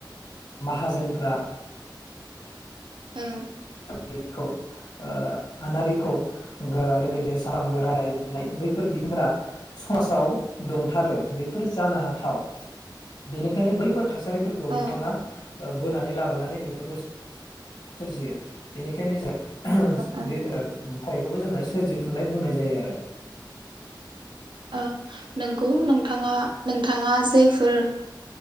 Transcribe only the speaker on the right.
ओम
ओ
ओ
ओ नंगौ नोंथाङा नोंथाङा जेफोर